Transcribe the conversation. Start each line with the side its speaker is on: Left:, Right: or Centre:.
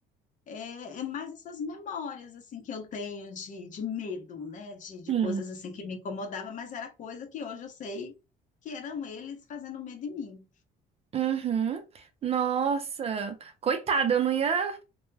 Left: é, é mais essas memórias assim que eu tenho de, de medo, né? De, de
Right: Sim.
Left: coisas assim que me incomodava, mas era coisa que hoje eu sei que eram eles fazendo medo em mim.
Right: Uhum. Nossa, coitada, eu não ia,